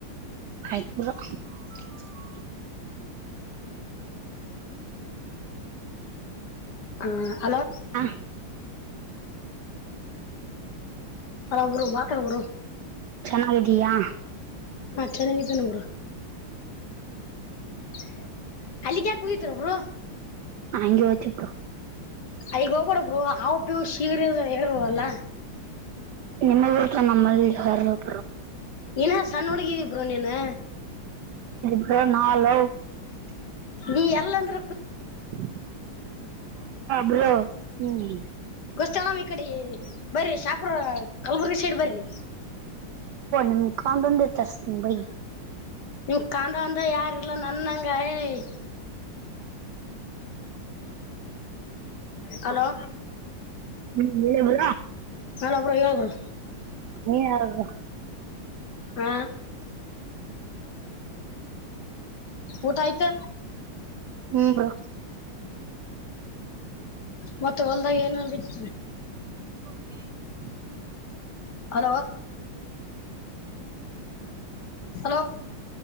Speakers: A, on the right; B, on the left.
A: ಆಯತ್ಮರ <unintelligible>
B: ಹಾ ಹಲೋ
A: ಹಾ
B: ಅ ಬ್ರೋ <inaudible>
A: ಚೆನ್ನಾಗಿದ್ದೀಯಾ
B: ಮತ್ ಚೆನ್ನಾಗಿದ್ದ ಬ್ರೋ <inaudible> ಅಲ್ಲಿಗೆ ಯಾಕೆ ಹೋಗಿದ್ದೀರಾ ಬ್ರೋ
A: ಹಂಗೆ ಹತ ಬ್ರೋ
B: ಅಗ ಹೋಗಬಡಬ್ರು ಹವು ಪ್ಯವರು ಶೀರಿ ಹೇಳರುಲ್ಲ
A: ನಿಮಲ್ಲಿ ನಮ್ಮಲ್ಲಿ ಯಾರ <unintelligible>
B: ಏನ ಸಣ್ಣ <unintelligible> ಬ್ರೋ ನೀನು
A: <unintelligible>
B: ನೀ ಎಲ್ಲಂದ್ರೆ
A: <unintelligible> ಬ್ರೋ ಹ್ಮ್
B: ಕುಸ್ತರಾಮ ಇ ಕಡಿ ಬರ್ರಿ ಶಾಪುರ ಕಲಬುರ್ಗಿ ಸೈಡ್ ಬರಿ
A: ಹ್ಮ ಕಾ ಬಂದ ತರ್ಸ ಬೈ <inaudible>
B: ನಿವ್ ಕಾಂತಾಂದ ಯಾರು ಇಲ್ಲ ನನ್ನಂಗ ಏಯ್ ಹಲೋ
A: ಹ್ಮ್ ಹೇಳವ್ರಾ <unintelligible>
B: <unintelligible> ಹರಬ್ರು ಹೇಳಬ್ರು
A: ನೀ ಯಾರ ಬ್ರೊ
B: ಹಾ ಊಟ ಆಯ್ತ್
A: ಹ್ಮಬ್ರೊ
B: ಮತ್ತೆ ಹೊಲ್ದಾಗ ಏನನ್ ಬಿಟ್
A: ಜಿ <unintelligible>
B: ಹಲೋ ಹಲೋ